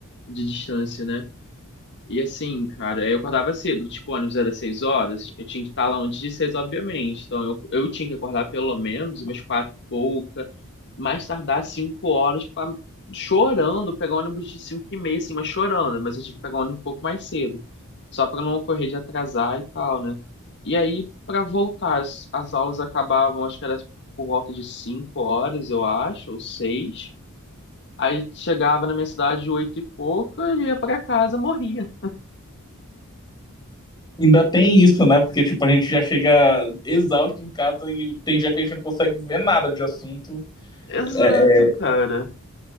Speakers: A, on the left; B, on the left.
A: de distância, né? E assim, cara, eu acordava cedo, tipo, o ônibus era seis horas, eu tinha que estar lá antes de seis, obviamente. Então eu, eu tinha que acordar pelo menos umas quatro e pouca, mais tardar cinco horas, pra, chorando, pegar o ônibus de cinco e meia, assim, mas chorando. Mas eu tinha que pegar o ônibus um pouco mais cedo, só pra não ocorrer de atrasar e tal, né? E aí, pra voltar, as, as aulas acabavam, acho que era por volta de cinco horas, eu acho, ou seis. Aí chegava na minha cidade oito e pouca, ia pra casa, morria.
B: Ainda tem isso, né? Porque, tipo, a gente já chega exausto em casa e tem dia que a gente não consegue ver nada de assunto.
A: Exato,
B: É,
A: cara.